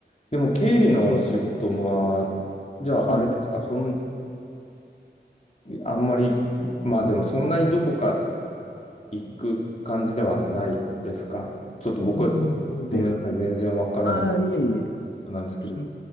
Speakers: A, on the left (about 40°); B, on the left (about 85°).
A: でも経理の仕事は、じゃああれですか、
B: はい。
A: そん、あんまり、まあでもそんなにどこか行く感じではないですか。ちょっと僕は、
B: そうです。
A: ごめんなさい、全然わからない
B: ああ、いえいえ。
A: なんですけど。
B: き